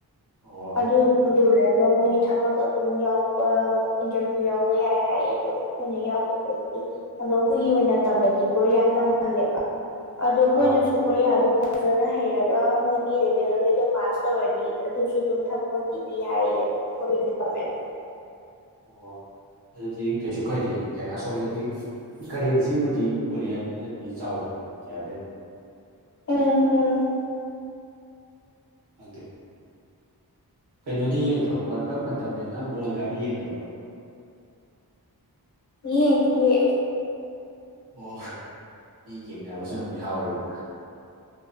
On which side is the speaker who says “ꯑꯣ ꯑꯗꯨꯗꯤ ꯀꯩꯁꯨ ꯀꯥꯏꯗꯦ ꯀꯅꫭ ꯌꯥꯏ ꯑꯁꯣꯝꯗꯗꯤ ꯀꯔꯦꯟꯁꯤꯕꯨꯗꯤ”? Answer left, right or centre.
Right